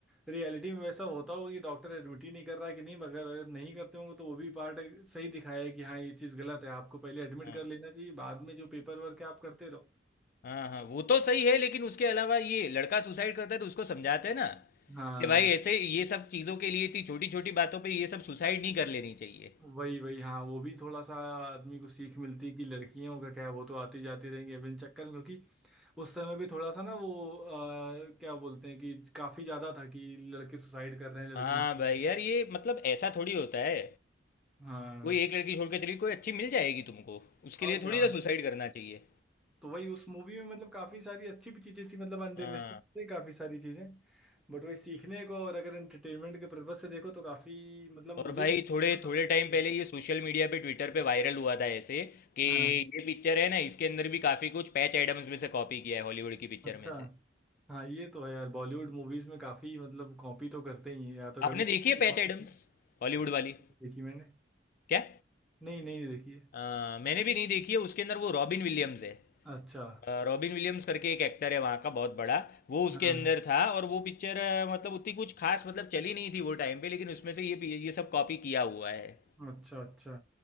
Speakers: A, in the centre; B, on the left.
A: रियलिटी में वैसा होता हो कि डॉक्टर एडमिट ही नहीं कर रहा है कि नहीं मगर अगर नहीं करते होंगे तो वो भी पार्ट सही दिखाया है कि हाँ ये चीज़ गलत है आपको पहले एडमिट
B: हाँ
A: कर लेना चाहिए बाद में जो पेपर वर्क है आप करते रहो
B: हाँ हाँ, वो तो सही है लेकिन उसके अलावा ये लड़का सुसाइड करता है तो उसको समझाते हैं ना
A: हाँ
B: कि भाई ऐसे ये सब चीज़ों के लिए इतनी छोटी छोटी बातों पे ये सब सुसाइड नहीं कर लेनी चाहिए
A: वही वही हाँ वो भी थोड़ा सा आदमी को सीख मिलती है कि लड़कियों का क्या है, वो तो आती जाती रहेंगी बिन चक्कर में क्योंकि उस समय भी थोड़ा सा ना वो अ, क्या बोलते हैं कि काफी ज्यादा था कि लड़के सुसाइड कर रहे हैं लड़कियों
B: हाँ
A: की
B: भाई यार ये मतलब ऐसा थोड़ी होता है
A: हाँ
B: कोई एक लड़की छोड़ के चली कोई अच्छी मिल जाएगी तुमको उसके
A: और
B: लिए थोड़ी
A: क्या
B: ना सुसाइड करना चाहिए
A: तो वही उस मूवी में मतलब काफी सारी अच्छी भी चीजें थी मतलब अनरियलिस्टिक
B: हाँ
A: थी काफी सारी चीजें बट वही सीखने को और अगर एंटरटेनमेंट के पर्पज से देखो तो काफी मतलब मुझे
B: और भाई
A: भी तो
B: थोड़े
A: काफी
B: थोड़े
A: अच्छी
B: टाइम पहले
A: लगी
B: ये सोशल मीडिया पे ट्विटर पे वायरल हुआ था ऐसे कि
A: हाँ
B: ये पिक्चर है ना इसके अंदर भी काफ़ी कुछ पैच एडम्स में से कॉपी किया है हॉलीवुड की पिक्चर
A: अच्छा
B: में से
A: हाँ ये तो है यार बॉलीवुड मूवीज में काफी मतलब कॉपी तो करते ही हैं या तो कभी
B: आपने
A: साउथ
B: देखी है
A: की कॉपी
B: पैच एडम्स
A: कर
B: हॉलीवुड
A: नहीं नहीं
B: वाली
A: देखी मैंने
B: क्या
A: नहीं नहीं देखी है
B: आ, मैंने भी नहीं देखी है उसके अंदर वो रॉबिन विलियम्स है अ,
A: अच्छा
B: रॉबिन विलियम्स करके एक एक्टर है वहाँ का बहुत बड़ा वो उसके
A: हाँ
B: अंदर था और वो पिक्चर मतलब उतनी कुछ खास मतलब चली नहीं थी वो टाइम पे लेकिन उसमें से ये ये सब कॉपी किया हुआ है
A: अच्छा अच्छा